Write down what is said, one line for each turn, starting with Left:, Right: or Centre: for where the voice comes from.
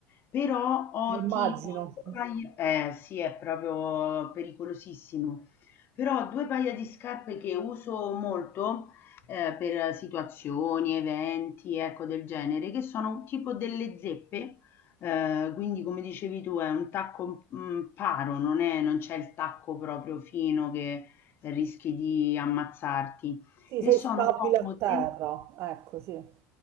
Left: Però ho
Right: Eh, Immagino.
Left: tipo, due paia- eh sì, è proprio pericolosissimo. Però ho due paia di scarpe che uso molto eh, per situazioni, eventi, ecco del genere, che sono tipo delle zeppe Ehm, quindi come dicevi tu è un tacco, mhmm, paro, non è non c'è il tacco proprio fino che rischi di ammazzarti
Right: Sì,
Left: e
Right: sei
Left: sono
Right: stabile
Left: comode
Right: a terra, ecco, sì. Un